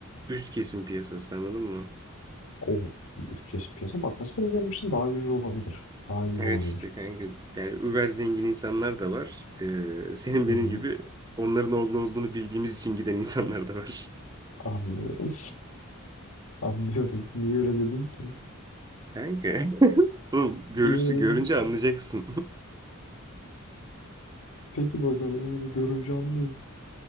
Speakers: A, on the right (about 20°); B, on the left (about 70°).
A: Üst kesim piyasası anladın mı?
B: O üç kez piyasa. Bak mesela bu benim için daha güzel olabilir. Daha iyi
A: Evet
B: olabilir.
A: işte kanka yani über zengin insanlar da var. Ee, senin benim
B: Hı hı,
A: gibi onların orada olduğunu bildiğimiz için giden insanlar da var.
B: anlıyorum. <laughs> Anlıyorum. Niye öyle dedin ki?
A: Kanka. <laughs> Oğlum görürsün
B: Niye öyle dedin
A: görünce
B: ki?
A: anlayacaksın.
B: Peki bakalım öyle görünce anlayayım.